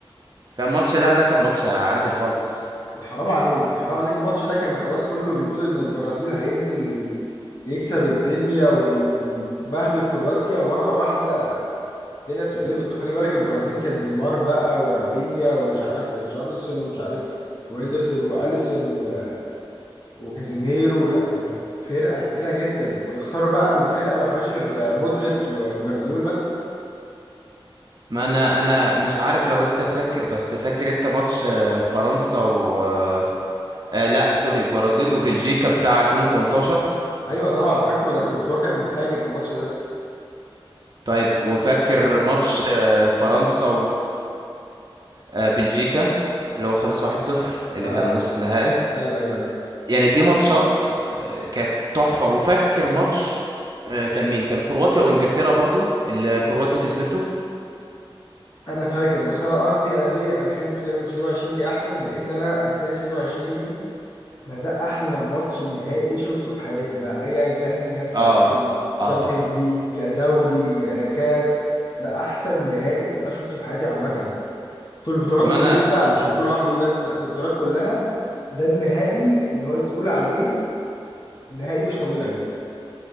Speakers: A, on the right (about 45°); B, on the left (about 50°).
A: كان ماتش لا ده كان ماتش عادي خالص
B: حرام عليك حرام عليك الماتش ده كان خلاص كله بيقول ان البرازيل هينزل يكسب الدنيا ويبهدل كرواتيا مرة واحدة الدنيا اتشقلبت وخلي بالك البرازيل كان نيمار بقى ورافينيا ومش عارف ريتشارلسون ومش عارف وإيدرسون وأليسون و... وكازيميرو لا كانت فرقة تقيلة جدا ويخسروا بقى من فرقة ما فيهاش غير مودريتش وجبارديول بس
A: ما انا انا مش عارف لو انت فاكر بس فاكر انت ماتش آه، فرنسا و آه، آه، لا سوري برازيل وبلجيكا بتاع 2018
B: ايوه طبعا فاكره ده كورتوا كان فاجر في الماتش ده
A: طيب وفاكر ماتش آه، فرنسا وبلجيكا اللي هو خلص 1-0 اللي
B: اه
A: كان نص النهائي
B: ايوه ايوه ايوه
A: يعني دي ماتشات آه، كانت تحفة وفاكر ماتش آه، كان مين كان كرواتيا وانجلترا برضو اللي كرواتيا كسبته
B: انا فاكر بس انا قصدي انا ليه 2022 دي احسن لان انا 2022 دي انا ده احلى ماتش نهائي شفته في حياتي بقى ايا كان كاس
A: اه
B: العالم
A: اه
B: تشامبيونز
A: طبعا
B: ليج دوري آه، كاس ده احسن نهائي انا شفته في حياتي عامه في البطولات
A: ما
B: كلها
A: انا
B: بقى مش بطوله واحده دي بس لا في البطولات كلها ده النهائي اللي هو تقول عليه نهائي مش طبيعي